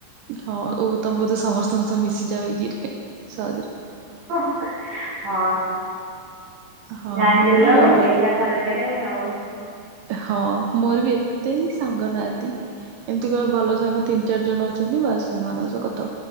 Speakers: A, on the right; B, on the right.
A: ହଁ ଓ ତମ ବୋଧେ ସମସ୍ତଙ୍କ ସହ ମିଶିଯାଉ ଇଜି ରେ ସହଜ ରେ।
B: ହୋଓ ହଁ
A: ହଁ
B: ଜାଣିଦେଲ
A: ମୋର
B: ଆଉ
A: ବି
B: ଏକାଥରକରେ ଆଉ।
A: ହଁ ମୋର ବି ଏତେ ବି ସାଙ୍ଗ ନାହାଁନ୍ତି। ଏମିତି କ ଭଲ ସାଙ୍ଗ ତିନି ଚାରି ଜଣ ଅଛନ୍ତି ବାସ୍ ସେମାନଙ୍କ ସହ କଥା